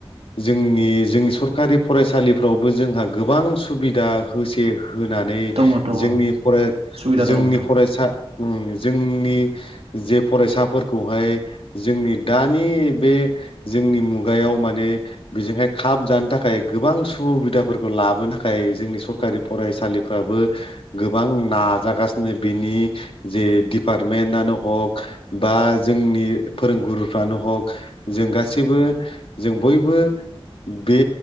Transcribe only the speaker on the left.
जोंनि जोंनि सरखारि फरायसालिफ्रावबो जोंहा गोबां सुबिदा होसे होनानै
जोंनि फराय
जोंनि
फरायसा उम जों जोंनि जे फरायसाफोरखौहाय जोंनि दानि बे जोंनि मुगायाव माने बेजोंहाय खाब जानो थाखाय गोबां सुबिदाफोरखौ लाबोनो थाखाय जोंनि सरखारि फरायसालिफ्राबो गोबां नाजागासिनो बेनि जे दिपार्टमेन्टनो हक बा जोंनि फोरोंगुरुफ्रानो हक जों गासैबो जों बयबो बे